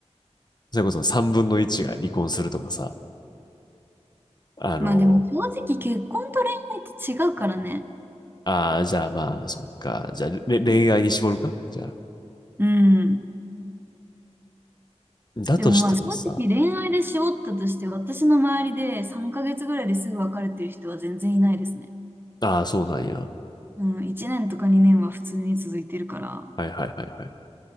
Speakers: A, on the left; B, on the right.
A: それこそ3分の1が離婚するとかさ、あの、
B: まあでも、正直結婚と恋愛って違うからね。
A: ああ、じゃあまあ、そっか。じゃあ、れ恋愛に絞るかじゃあ、
B: うん、うん
A: だとしてもさ、
B: でもまあ、正直恋愛でしおったとして、私の周りで3ヶ月ぐらいですぐ別れてる人は全然いないですね。
A: ああ、そうなんや。
B: うん、1年とか2年は普通に続いてるから。
A: はいはいはいはい。